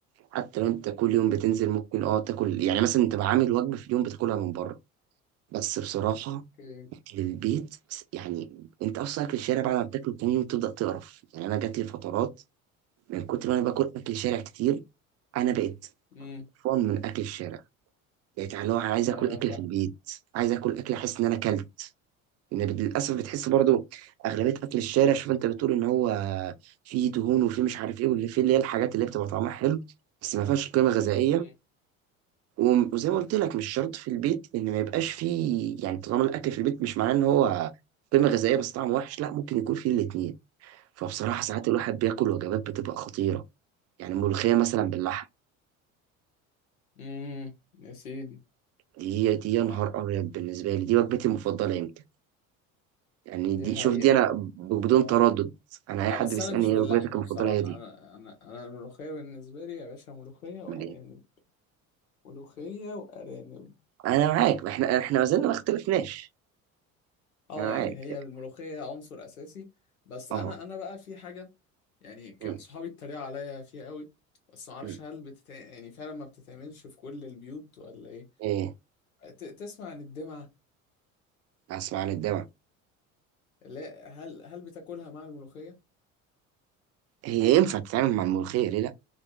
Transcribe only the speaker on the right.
حتى لو انت كل يوم بتنزل ممكن اه تاكل يعني مثلا انت عامل وجبه في اليوم بتاكلها من بره بس بصراحه
اكل البيت يعني انت اصلا اكل الشارع بعد ما بتاكله تاني يوم تبدا تقرف يعني انا جات لي فترات من كتر ما انا باكل اكل شارع كتير انا بقيت
فان من اكل الشارع بقيت اللي هو انا عايز
اكل اكل
في البيت عايز اكل اكل احس ان انا اكلت إن للاسف بتحس برضو اغلبيه اكل الشارع شوف انت بتقول ان هو فيه دهون وفيه مش عارف ايه واللي فيه اللي هي الحاجات اللي بتبقى طعمها حلو بس ما فيهاش قيمه غذائيه
وم- وزي ما قلت لك مش شرط في البيت ان ما يبقاش فيه يعني طالما الاكل في البيت مش معناه ان هو قيمه غذائيه بس طعمه وحش لا ممكن يكون فيه الاتنين فبصراحه ساعات الواحد بياكل وجبات بتبقى خطيره يعني ملوخيه مثلا باللحم
دي دي يا
نهار ابيض بالنسبه لي دي وجبتي المفضله يمكن يعني
دي
شوف دي انا ب-
بدون تردد انا اي
حد
بيسالني
ايه وجبتك المفضله
هي
دي
انا معاك احنا احنا ما زلنا ما اختلفناش
انا معاك
اه
أمم،
أمم.
ايه
اسمع عن الدواء
هي ينفع تتعامل مع الملوخيه ليه لا